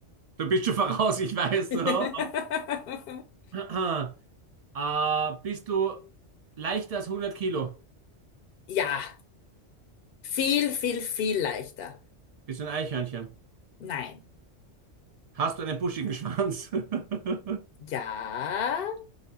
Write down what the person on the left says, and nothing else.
<laughs>
Ja. Viel, viel, viel leichter.
Nein.
Ja.